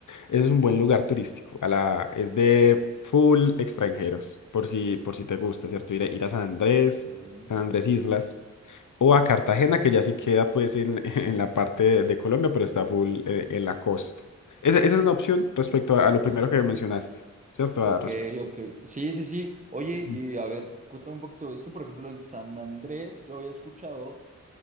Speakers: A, on the left; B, on the right.
A: Ese es un buen lugar turístico, a la, es de full extranjeros, por si, por si te gusta, ¿cierto? Ir a, ir a San Andrés,
B: Que
A: San Andrés Islas, o a Cartagena, que ya sí queda pues en, <laughs> en la parte de, de Colombia, pero está full eh, en la costa. Esa, esa es una opción respecto a,
B: es.
A: a lo primero que mencionaste, ¿cierto?
B: Ok,
A: A, res-
B: ok. Sí, sí, sí. Oye,
A: Ujú,
B: y a ver, cuéntame un poquito. Es que, por ejemplo, en San Andrés yo había escuchado